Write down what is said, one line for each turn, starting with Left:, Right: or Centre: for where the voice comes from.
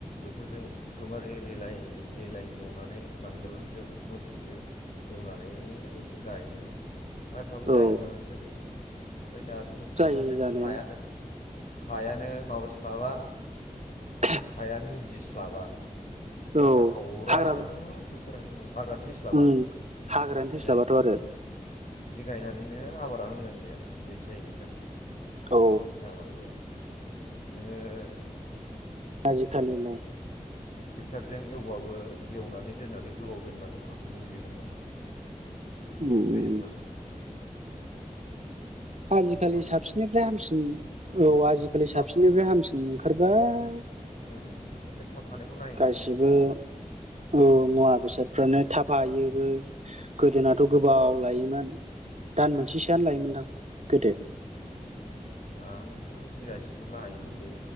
Left: बोथोरजों एखदमबारे लिलाय लिलाय एवनानै नांगोलजों मोसौजों एवनानै। मनैसो गायोमोन माइफ्राबो
Right: औ
Left: जायोमोन गोदो। <unintelligible> ओमफ्राय दाथ नों ट्रेक्टरजोंनो
Right: जायो जानायालाय
Left: हायानो। हायानो माबास्लाबा।
Right: <inaudible>
Left: हायानो मुजिस्लाबा। खासा
Right: औ
Left: खावरा
Right: हाग्राबो
Left: थि <unintelligible> हाग्रायानो थैस्लाबा
Right: उम हाग्रायानो
Left: बिदि
Right: थैस्लाबाथ'
Left: आरोखि।
Right: आरो
Left: बिदि गायनानैनो आबादानो मोजां जाया। बेबायदि जायो दा
Right: औ
Left: मा जाबावगोन। <inaudible> नोङो <inaudible>
Right: आजिखालिलाय।
Left: ट्रेक्टरजों एवबाबो एवनानै दोननानै गोबाव दोननांगौ हाखौ मुजिहांगौ। <inaudible> रुइहै
Right: उम उम
Left: जोबनांगौ। <inaudible>
Right: आजिखालि
Left: मोजां
Right: साबसिननिफ्राय
Left: जागोन
Right: हामसिन औ आजिखालि
Left: थाब
Right: साबसिननिफ्राय हामसिन। ओंखारबाय।
Left: <unintelligible> नायोना
Right: गासिबो
Left: हनै
Right: औ मुवा बेसादफ्रानो थाफायोबो गोदोनाथ गोबाव लायोमोन दान मोनसेसोआनो लायोमोनदां। गोदो।
Left: आं बिगासेखौ लायोमोनलै।